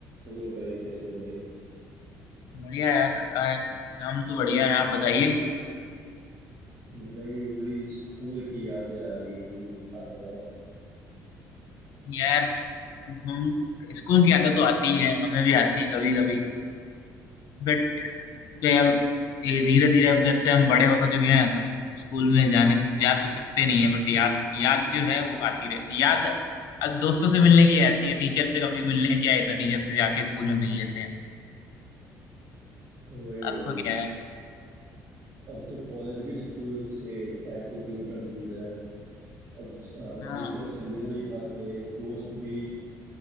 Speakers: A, on the right; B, on the left.
A: Hello भाई कैसे हो भाई
B: बढ़िया यार आज हम तो बढ़िया है आप बताइए
A: भाई वही स्कूल की यादें आ रही थी आप बताओ
B: यार हम स्कूल की आदत तो आती ही है हमें भी आती है कभी कभी बट तो यार ये धीरे धीरे अब जब से हम बड़े हो चुके हैं तो स्कूल में जाने जा तो सकते नहीं है बट याद याद जो है वो आती रहे याद अब दोस्तों से मिलने की आती है टीचर से कभी मिलने की आई तो टीचर से जाके स्कूल में मिल लेते हैं
A: वही
B: आपको
A: वही
B: क्या है
A: अब तो कॉलेज भी स्कूल से सैकड़ों किलोमीटर दूर है अब अ,
B: हाँ
A: टीचर से मिल नहीं पाते दोस्त भी